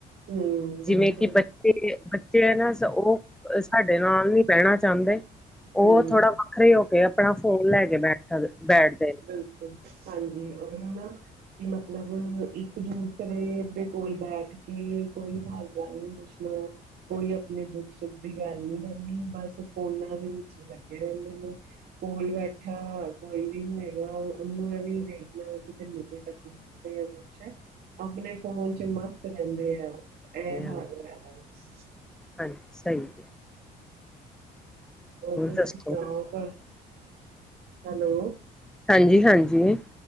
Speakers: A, on the right; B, in the centre.
A: ਹੂੰ ਬਿਲਕੁਲ
B: ਜਿਵੇਂ ਕਿ, ਬੱਚੇ, ਬੱਚੇ ਹੈ ਨਾ ਉਹ ਸਾਡੇ ਨਾਲ ਨਹੀਂੀ ਬਹਿਣਾ ਚਾਹੁੰਦੇ ਉਹ
A: ਹੂੰ।
B: ਥੋੜਾ ਵੱਖਰੇ ਹੋ ਕੇ, ਆਪਣਾ ਫੋਨ ਲੈ ਕੇ ਬੈਠ ਬੈਠਦੇ ਨੇ
A: ਬਿਲਕੁਲ, ਹਾਂਜੀ, ਉਹ ਹ ਨਾ ਕਿ ਮਤਲਬ, ਇੱਕ ਦੂਸਰੇ ਦੇ ਕੋਲ ਬੈਠ ਕੇ, ਕੋਈ ਹਾਲ ਚਾਲ ਨੀ ਪੁੱਛਦਾ ਕੋਈ ਆਪਣੇ ਦੁੱਖ ਸੁੱਖ ਦੀ ਗੱਲ ਨੀ ਕਰਨੀ, ਬਸ ਫੋਨਾਂ ਦੇ ਵਿੱਚ ਲੱਗੇ ਰਹਿੰਦੇ, ਨੇ ਕੋਲ ਬੈਠਾ ਕੋਈ ਵੀ ਉਹਨੂੰ ਇਹ ਵੀ ਦੇਖਣਾ, ਕਿ ਤੈਨੂੰ ਕੋਈ ਤਕਲੀਫ਼ ਪੁਛ ਆਪਣੇ ਫੋਨ ਚ ਮਸਤ ਰਹਿੰਦੇ ਆ ਇਹ
B: ਨੇ
A: ਹਾਲ ਹੈਗਾ ਬਸ
B: ਹਾਂਜੀ ਸਹੀ਼।
A: ਤੁ
B: ਦੱਸੋ
A: ਹੈਲੋ
B: ਹਾਂਜੀ, ਹਾਂਜੀ।